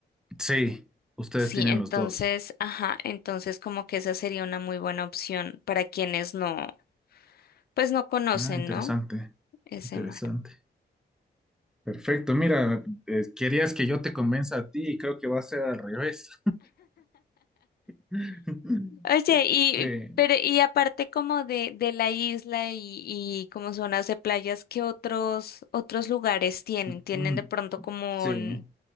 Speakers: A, in the centre; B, on the left (about 65°).
A: Sí, ustedes
B: Sí,
A: tienen
B: entonces,
A: los dos.
B: ajá, entonces como que esa sería una muy buena opción para quienes no pues no conocen,
A: Ah, interesante,
B: ¿no? Ese
A: interesante.
B: mar.
A: Perfecto, mira, eh, querías que yo te convenza a ti y creo que va a ser al revés. <laughs>
B: Oye, y
A: Sí.
B: pero y aparte como de, de la isla y, y como zonas de playas, ¿qué otros otros lugares tienen?
A: Mm,
B: ¿Tienen
A: mm,
B: de pronto como
A: Sí.
B: n-